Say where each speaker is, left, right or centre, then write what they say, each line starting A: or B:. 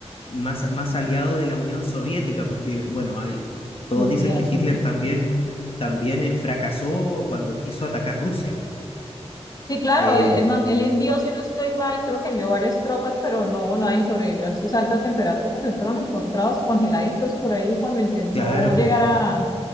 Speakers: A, on the left (about 55°); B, on the left (about 35°).
A: más, más aliado de la Unión Soviética, porque, bueno, hay- todos
B: Los
A: dicen
B: días,
A: que Hitler
B: ¿no?
A: también, también eh, fracasó cuando quiso atacar Rusia.
B: Sí, claro,
A: Eh,
B: él, él, man- él envió, si no estoy mal, creo que envió varias tropas, pero no, nadie sobrevivió a sus altas temperaturas. Se fueron encontrados congeladitos por ahí cuando intentó
A: claro,
B: llegar a,